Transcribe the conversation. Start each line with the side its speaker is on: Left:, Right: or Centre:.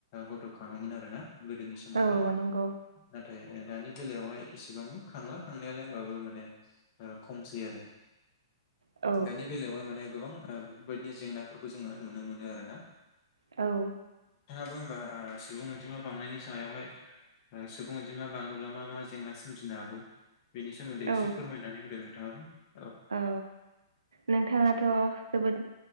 Left: गथ' खाङोमोन आर ना गोदोनि समावहाय
Right: औ नंगौ
Left: नाथाय दानि बेलायावहाय इसेबांबो खांला खांनायालाय होनोमबाबो माने खमसै आरो
Right: औ
Left: दानि बेलायावहाय माने गोबां बेफोरबायदि जेंनाफोरखौ जोङो नुनो मोनो आरोना
Right: औ
Left: मानो होनबा सुबुं अनजिमा बांनायनि सायावहाय सुबुं अदि मा बाङोब्ला मा मा जेंना सोमजिनो हागौ बिनि सोमोन्दै
Right: औ
Left: एसे फोरमायनानै होदों <unintelligible>
Right: औ नोंथाङाथ' जोबोद